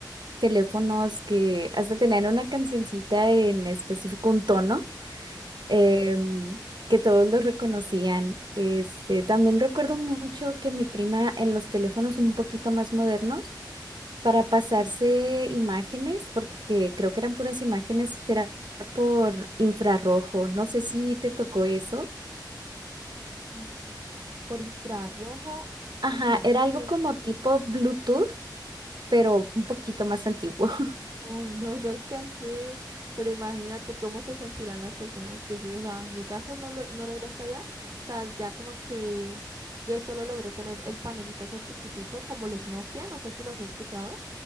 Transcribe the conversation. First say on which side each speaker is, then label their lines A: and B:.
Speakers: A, on the right (about 75°); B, on the right (about 50°).
A: teléfonos que hasta tenían una cancioncita en específico, un tono, em, que todos los reconocían. Este, también recuerdo mucho que mi prima en los teléfonos un poquito más modernos, para pasarse imágenes, porque creo que eran puras imágenes, era por infrarrojo. No sé si te tocó eso.
B: Mm. Por infrarrojo,
A: Ajá,
B: no
A: era algo
B: creo.
A: como tipo Bluetooth, pero un poquito más antiguo. <laughs>
B: Oh, no, no alcancé, pero imagínate cómo se sentirán las personas que sí, o sea, en mi caso no, lo, no logré hasta allá, o sea, ya como que yo solo logré tener el panelita ese chiquitito, como los Nokia, no sé si los has escuchado.